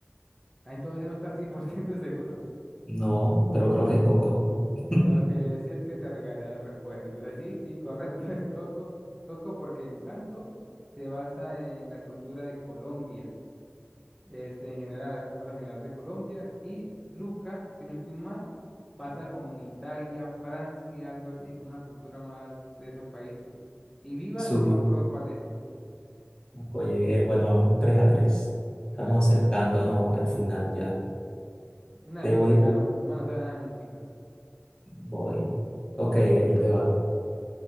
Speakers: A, in the centre; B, on the left.
A: Ah, entonces no estás 100% seguro.
B: No, pero creo que es Coco. <laughs>
A: Te tengo que decir que te regalé la respuesta. Entonces sí, sí, correcto, <laughs> es Coco. Coco porque Encanto se basa en la cultura de Colombia. este, en general, la cultura general de Colombia, y Luca, si no estoy mal, pasa como en Italia, Francia, algo así, como una cultura más de esos países. Y Viva,
B: Su.
A: no me acuerdo cuál es,
B: Oye, bien, bueno, vamos 3 a tres
A: tra-
B: Estamos
A: tra-
B: acercándonos al final ya.
A: una de
B: Te
A: música,
B: voy a...
A: ¿no? No me han lanzado nada de música.
B: Voy. Ok, allí te va.